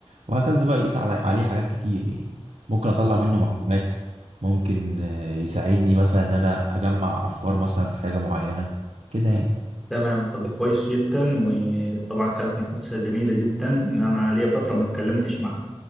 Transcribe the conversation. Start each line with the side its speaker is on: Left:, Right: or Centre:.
Right: وهكذا بقى يقيس على عليه حاجات كتير يعني ممكن اطلع منه معلومات ممكن آه، يساعدني مثلا ان انا اجمع افكار مثلا في حاجة معينة كده يعني
Centre: تمام طب كويس جدا وطبعا كانت محادثة جميلة جدا ان انا ليا فترة ما اتكلمتش معاك